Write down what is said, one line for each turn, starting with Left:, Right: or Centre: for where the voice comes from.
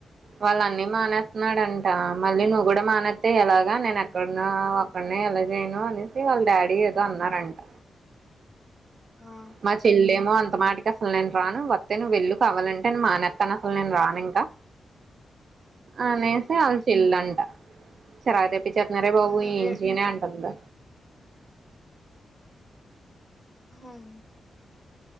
Right: వాళ్ళ అన్ని మానేస్తున్నాడంట మళ్ళీ నువ్వు కూడా మానేతే ఎలాగా నేను ఎక్కడన్నా ఒక్కడినే ఎలా చేయను అనేసి వాళ్ళ డాడీ ఏదో అన్నారంట
Left: ఆ
Right: మా చెల్లలేమో అంత మాటికి అసలు నేను రాను వస్తే నువ్వు వెళ్ళు కావాలంటే మానెస్తను అసలు నేను రాను ఇంకా అనేసే
Left: ఉమ్
Right: అళ చెల్లంట చిరాక్ తెప్ చెప్తున్నారే బాబు
Left: ఉహు
Right: ఏంచయనే
Left: ఏ
Right: అంటుంది
Left: మ్మ్